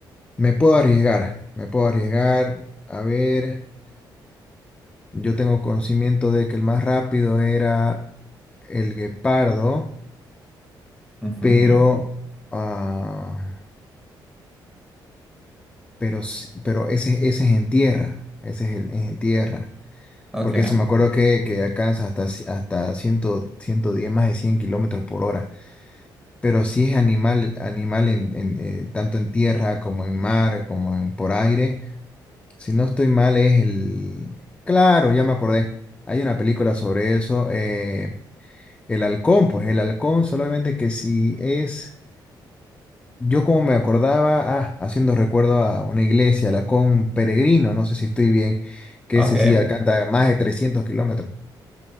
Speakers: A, on the left; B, in the centre.
A: me puedo arriesgar, me puedo arriesgar. A ver, yo tengo conocimiento de que el más rápido era el guepardo,
B: Ujú,
A: pero... ah. pero, s- pero ese, ese es en tierra, ese es, el- es en tierra,
B: Ok,
A: porque eso me acuerdo que, que alcanza hasta, ci- hasta cien, ciento diez más de 100 kilómetros por hora, pero si es animal, animal en, en, eh, tanto en tierra como en mar, como en, por aire, si no estoy mal es el... Claro, ya me acordé, hay una película sobre eso, eh, el halcón, pues el halcón solamente que si es... Yo como me acordaba, ah, haciendo recuerdo a una iglesia, la Con Peregrino, no sé si estoy bien, que
B: ok.
A: ese sí alcanza más de trescientos kilómetros.